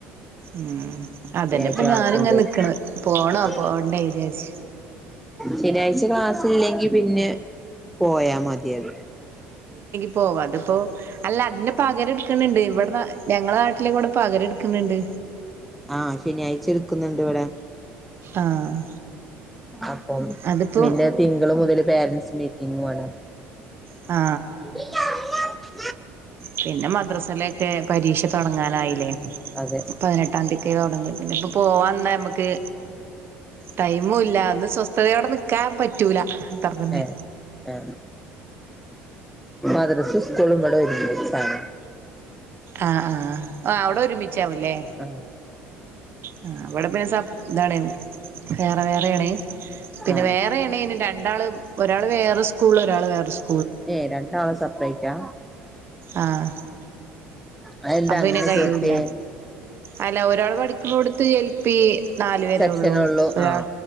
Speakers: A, on the right; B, in the centre.
A: ഉം അതന്നെ
B: ശനിയാഴ്ച
A: ഇപ്പ
B: ക്ലാസ്ണ്ട്
A: ഞാന ഇങ്ങ നിക്കണത് പോണോ
B: ആ
A: പോണ്ടെ വിചാരിച്ച
B: ശനിയാഴ്ച ക്ലാസ് ഇല്ലെങ്കി പിന്നെ പോയാ മതിയത്
A: പോ വ ണ്ടിപ്പം അല്ല അതിന്റെ പകരം എടുക്കണണ്ട് ഇവിടെ ഞങ്ങളുടെ നാട്ടിലെ കൂടെ ഇപ്പൊ പകരം എടുക്കണണ്ട്
B: ആ ശനിയാഴ്ച എടുക്കുന്നുണ്ട് ഇവിടെ
A: ആഹ്
B: അപ്പം
A: അതിപ്പോ
B: പിന്നെ തിങ്കള് മുതല് പേരന്റ്സ് മീറ്റിങ്ങു ആണ്
A: ആ
B: <unintelligible>
A: പിന്നെ മദ്രസയില് ഒക്കെ പരീക്ഷ തുടങ്ങാനായില്ലേ
B: അതെ
A: പതിനെട്ടാംതിയക്ക തുടങ്ങി പിന്നെ ഇപ്പ പോവാന്നാ നമക്ക് ടൈം മുല്ല ഒന്ന് സ്വസ്ഥതയോടെ നിക്കാൻ പറ്റൂല അത്രന്നെ
B: ഏ ആ മദ്രസും സ്കൂളും ഇവിടെ ഒരുമിച്ചാണ്
A: ആ ആ ഓ അവിടെ ഒരുമിച്ചാവൂല്ലേ
B: ആ
A: ആ അവിടെ പിന്നെ സ ഇതാണ് വേറെ വേറെയാണ് പിന്നെ
B: ആ
A: വേറെ ആണെലും രണ്ടാള് ഒരാൾ വേറെ സ്കൂള് ഒരാള് വേറെ സ്
B: ഏ രണ്ടാള് സെപ്പറേറ്റാ
A: ആഹ്
B: അതെന്താ
A: അപ്പം
B: അങ്ങനെ
A: ഇനി കഴിയൂല
B: ചേർത്തിയേ
A: അല്ല ഒരാൾ പഠിക്കുമ്പോടുത്ത് എൽ പി നാലു വരെ
B: സെക്ഷനൊള്ളൂ
A: ഉള്ളു ഒരാൾ
B: ആ